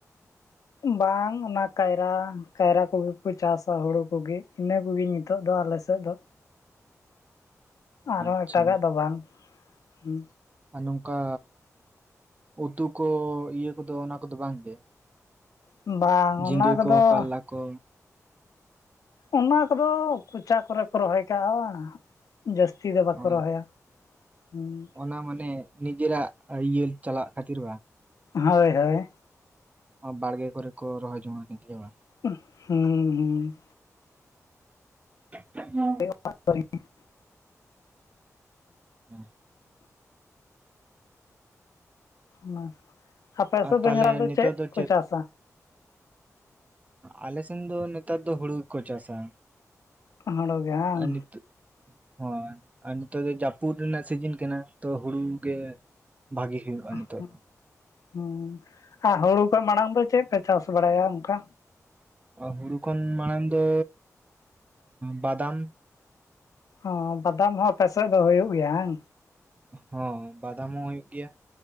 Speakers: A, on the left (about 75°); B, on the right (about 25°).
A: ᱵᱟᱝ ᱚᱱᱟ ᱠᱟᱭᱨᱟ, ᱠᱟᱭᱨᱟ ᱠᱚᱜᱮ ᱠᱚ ᱪᱟᱥᱟ ᱦᱚᱲᱚ ᱠᱚᱜᱤ ᱤᱱᱟᱹ ᱠᱩᱜᱤ ᱱᱤᱛᱚᱜ ᱫᱚ ᱟᱞᱮᱥᱮᱫ ᱫᱚ ᱟᱨ
B: ᱟᱪᱪᱷᱟ
A: ᱦᱚᱸ ᱮᱴᱟᱜᱟᱜ ᱫᱚ ᱵᱟᱝ ᱦᱸ
B: ᱟᱨ ᱱᱚᱝᱠᱟ ᱩᱛᱩ ᱠᱚ ᱤᱭᱟᱹ ᱠᱚᱫᱚ ᱚᱱᱟ ᱠᱚᱫᱚ ᱵᱟᱝ ᱜᱮ
A: ᱵᱟᱝ
B: ᱡᱷᱤᱸᱜᱟᱹ
A: ᱚᱱᱟ ᱠᱚᱫᱚ
B: ᱠᱚ ᱠᱟᱨᱞᱟ ᱠᱚ᱾
A: ᱚᱱᱟ ᱠᱚᱫᱚ ᱠᱚᱪᱟ ᱠᱚᱨᱮ ᱠᱚ ᱨᱚᱦᱚᱭ ᱠᱟᱜᱼᱟ ᱡᱟᱹᱥᱛᱤ ᱫᱚ ᱵᱟᱠᱚ
B: ᱚ
A: ᱨᱚᱦᱚᱭᱟ᱿ ᱦᱩᱸ
B: ᱚᱱᱟ ᱢᱟᱱᱮ ᱱᱤᱡᱮᱨᱟᱜ ᱤᱭᱟᱹ ᱪᱟᱞᱟᱜ ᱠᱷᱟᱹᱛᱤᱨ ᱵᱟᱝ
A: ᱦᱟ. ᱭ ᱦᱟ. ᱭ
B: ᱚ.. ᱵᱟᱲᱜᱮ ᱠᱚᱨᱮ ᱠᱚ ᱨᱚᱦᱚᱭ ᱡᱚᱝᱟ ᱱᱤᱰᱤᱭᱟ. ᱵᱟᱝ᱾
A: ᱦᱩᱸ ᱦᱩᱸ
B: <unintelligible>
A: <unintelligible>
B: ᱦᱮᱸ
A: ᱚᱱᱟ ᱟᱯᱮ
B: ᱟᱨ
A: ᱥᱮ
B: ᱛᱟᱦᱚᱞᱮ
A: ᱫᱚ ᱧᱮᱞᱟᱜ
B: ᱱᱤᱛᱚᱜ
A: ᱪᱮᱫ
B: ᱫᱚ
A: ᱠᱚ ᱪᱟᱥᱟ
B: ᱟᱞᱮ ᱥᱮᱱ ᱫᱚ ᱱᱮᱛᱟᱨ ᱫᱚ ᱦᱩᱲᱩ ᱜᱮᱠᱚ ᱪᱟᱥᱟ
A: ᱦᱩᱲᱩ ᱜᱮ ᱵᱟᱝ
B: ᱟᱹᱱᱤᱛ ᱦᱳᱭ ᱟᱨ ᱱᱤᱛᱚᱜ ᱫᱚ ᱡᱟᱹᱯᱩᱫ ᱨᱮᱱᱟᱜ ᱥᱤᱡᱤᱱ ᱠᱟᱱᱟ ᱛᱚ ᱦᱩᱲᱩ ᱜᱮ ᱵᱷᱟᱜᱤ᱾ ᱦᱩᱭᱩᱜᱼᱟ
A: <unintelligible>
B: ᱱᱤᱛᱚᱜ ᱫᱚ
A: ᱦᱮᱸ ᱟᱨ ᱦᱚᱲᱚ ᱠᱷᱚᱡ ᱢᱟᱲᱟᱝ ᱫᱚ ᱪᱮᱫ ᱯᱮ ᱪᱟᱥ ᱵᱟᱲᱟᱭᱟ ᱚᱱᱠᱟ
B: ᱟ ᱦᱩᱲᱩ ᱠᱷᱚᱱ ᱢᱟᱲᱟᱝ ᱫᱚ ᱵᱟᱫᱟᱢ᱾
A: ᱚ ᱵᱟᱫᱟᱢ ᱦᱚᱸ ᱟᱯᱮ ᱥᱮᱫ ᱫᱚ ᱦᱩᱭᱩᱜ ᱜᱮᱭᱟ ᱵᱟᱝ
B: ᱦᱚᱸ ᱵᱟᱫᱟᱢ ᱦᱚᱸ ᱦᱩᱭᱩᱜ ᱜᱮᱭᱟ᱾